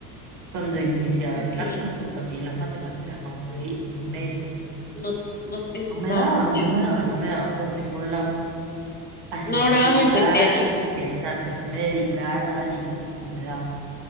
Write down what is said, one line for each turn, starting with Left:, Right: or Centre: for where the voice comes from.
Right: cuando inicié a
Left: Ok,
Right: ver cálculos, porque a mí las matemáticas no me veí- no me,
Left: no, no te gustaba
Right: no me daban,
Left: mucho.
Right: no me daban, no me daban por ningún lado. Así
Left: No
Right: me
Left: lograbas
Right: dedicara,
Left: entenderlas.
Right: exacto, así me dedicara y no me daban.